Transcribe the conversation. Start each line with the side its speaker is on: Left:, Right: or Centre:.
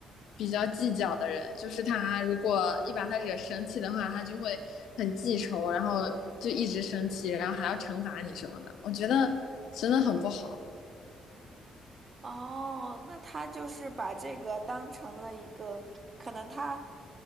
Left: 比较计较的人，就是他如果一把他惹生气的话，他就会很记仇，然后就一直生气，然后还要惩罚你什么的，我觉得真的很不好
Right: 哦，那他就是把这个当成了一个，可能他，